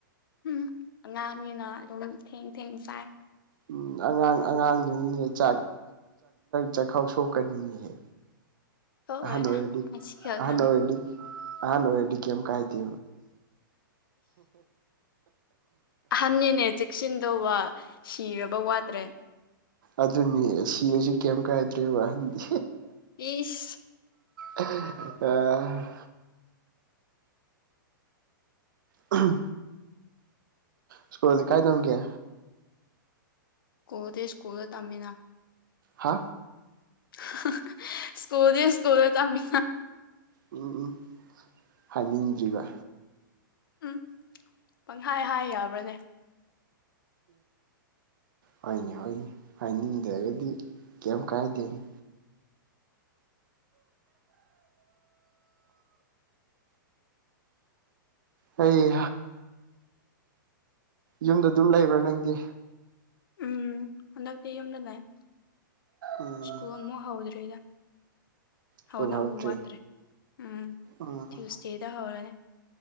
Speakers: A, on the left; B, on the right.
A: ꯎꯝ ꯑꯉꯥꯡꯅꯤꯅ ꯑꯗꯨꯝ ꯊꯦꯡ ꯊꯦꯡ ꯆꯥꯏ
B: ꯎꯝ ꯑꯉꯥꯡ ꯑꯉꯥꯡꯗꯨꯅꯤꯅꯦ ꯆꯥꯛ ꯆꯥꯛꯈꯥꯎ ꯁꯣꯛꯀꯅꯤꯅꯦꯍꯦ
A: <inaudible>
B: ꯑꯗꯣꯗꯤ
A: ꯉꯁꯤ ꯈꯛꯇꯪꯅꯤ
B: ꯑꯗꯣ ꯑꯣꯏꯗꯤ ꯑꯅ ꯑꯦꯗꯤ ꯀꯦꯝ ꯀꯥꯏꯗ
A: ꯑꯍꯟꯅꯅꯤꯅꯦ ꯆꯦꯛꯁꯤꯟꯗꯧꯕ ꯁꯤꯔꯕ ꯋꯥꯠꯇ꯭ꯔꯦ
B: ꯑꯗꯨꯅꯤ ꯁꯤꯔꯁꯨ ꯀꯩ ꯀꯥꯏꯗ꯭ꯔꯦ ꯋꯥꯍꯟꯗꯤ
A: ꯏꯁ
B: ꯏ ꯑ ꯁꯀꯨꯜꯗꯤ ꯀꯥꯏ ꯊꯝꯒꯦ
A: ꯀꯀꯣꯜꯗꯦ ꯁꯀꯨꯜꯗ ꯇꯝꯃꯤꯅ
B: ꯍꯥ
A: <unintelligible> ꯁ꯭ꯀꯣꯗ ꯁꯀꯣꯋꯦ ꯇꯃꯤ
B: ꯎꯝ ꯎꯝ ꯍꯥꯏꯅꯤꯡꯗ꯭ꯔꯤꯕ
A: ꯎꯝ ꯄꯪꯈꯥꯏ ꯍꯥꯏ ꯌꯥꯕ꯭ꯔꯅꯦ
B: ꯍꯥꯏꯅꯤ ꯍꯅꯦ ꯍꯥꯏꯅꯤꯡꯗꯔꯒꯗꯤ ꯀꯩꯝ ꯀꯥꯏꯗꯦꯅꯤ ꯑꯩ ꯌꯨꯝꯗ ꯑꯗꯨꯝ ꯂꯩꯕ꯭ꯔꯥ ꯅꯪꯗꯤ
A: ꯎꯝ ꯍꯟꯗꯛꯇꯤ ꯌꯨꯝꯗ ꯂꯥꯛ
B: ꯎꯝ
A: ꯁ꯭ꯀꯨꯜ ꯑꯃꯨꯛ ꯍꯧꯗ꯭ꯔꯤꯗ ꯍꯥꯎꯗꯣ
B: ꯁ꯭ꯀꯨꯜ ꯍꯧꯗ꯭ꯔꯤ
A: ꯃꯥꯇ꯭ꯔꯦ ꯎꯝ
B: ꯎꯝ
A: ꯇ꯭ꯌꯨꯁꯗꯦꯗ ꯍꯔꯅꯦ